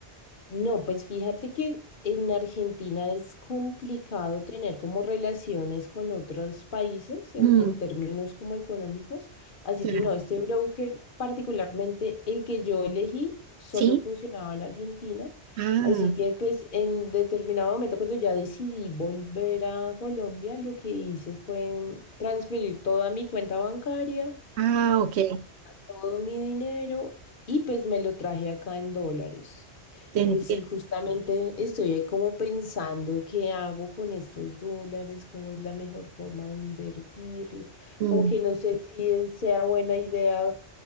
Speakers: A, on the left; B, on the right.
A: No, pues fíjate que en Argentina es complicado tener como relaciones con otros países en,
B: Mm,
A: en términos como económicos, así
B: claro.
A: que no, este broker, particularmente el que yo elegí, solo
B: Sí.
A: funcionaba en Argentina,
B: Ah,
A: así que pues en determinado momento cuando ya decidí volver a Colombia, lo que hice fue mm, transferir toda mi cuenta bancaria
B: ah, ok.
A: todo mi dinero y pues me lo traje acá en dólares.
B: Te
A: Y
B: entiendo.
A: pues sí, justamente estoy ahí como pensando qué hago con estos dólares, cómo es la mejor forma de invertirlos,
B: Mm,
A: como que no sé si es- sea buena idea